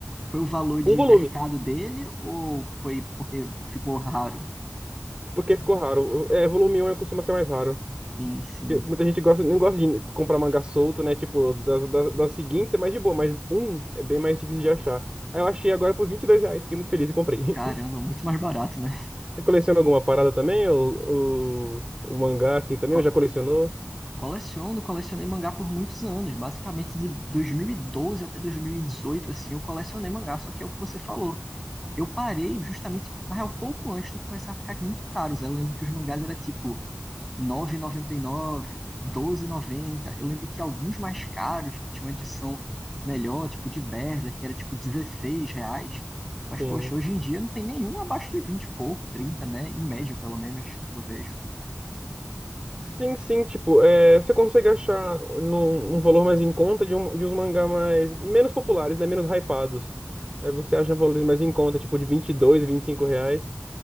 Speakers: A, in the centre; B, on the right (about 20°).
A: foi o valor de
B: Um volume,
A: mercado dele ou foi porque ficou raro?
B: porque ficou raro. É, volume 1 costuma ser mais raro.
A: Sim, sim.
B: Porque Muita gente gosta, não gosta de comprar mangá solto, né? Tipo, das, das, das seguintes é mais de boa, mas um é bem mais difícil de achar. Aí eu achei agora por 22 reais, fiquei muito feliz e comprei.
A: Caramba,
B: <laughs>
A: muito mais barato, né?
B: Você coleciona alguma parada também? Ou, ou, o mangá assim também?
A: Qual-
B: Ou já colecionou?
A: Coleciono, colecionei mangá por muitos anos, basicamente de 2012 até 2018, assim, eu colecionei mangá, só que é o que você falou. Eu parei justamente, na real, pouco antes de começar a ficar muito caros. Eu lembro que os mangás eram tipo 9,99, 12,90. Eu lembro que alguns mais caros, que tinham uma edição melhor, tipo de Berserk, que era tipo 16 reais. Mas,
B: Sim.
A: poxa, hoje em dia não tem nenhum abaixo de 20 e pouco, 30, né? Em média, pelo menos, do que eu vejo.
B: Sim, sim, tipo, é, você consegue achar num, um valor mais em conta de, um, de uns mangá mais, menos populares, né, menos hypados. Aí você acha valores mais em conta, tipo de vinte vinte e dois vinte e cinco reais,